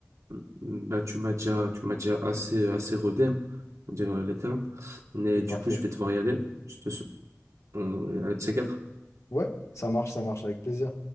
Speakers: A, on the right; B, on the left.
A: Mmh, Ben, tu m'as déjà, tu m'as déjà assez, assez rodé, hein, pour dire euh, les termes. Mais
B: C'est
A: du
B: parfait.
A: coup, je vais devoir y aller. Je te, sou- on- à de ces quatre.
B: Ouais, ça marche, ça marche, avec plaisir.